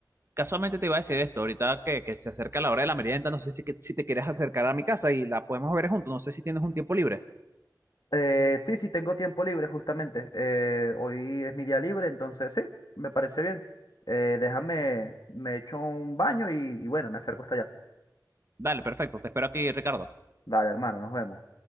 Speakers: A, on the right; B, on the left.
A: Casualmente te iba a decir esto, ahorita que, que se acerca la hora de la merienda, no sé si, que- si te quieres acercar a mi casa y la podemos ver juntos, no sé si tienes un tiempo libre.
B: Eh, sí, sí, tengo tiempo libre justamente. eh, hoy es mi día libre, entonces sí, me parece bien. Eh, déjame, me echo un baño y y bueno, me acerco hasta allá.
A: Dale, perfecto, te espero aquí, Ricardo.
B: Dale, hermano, nos vemos.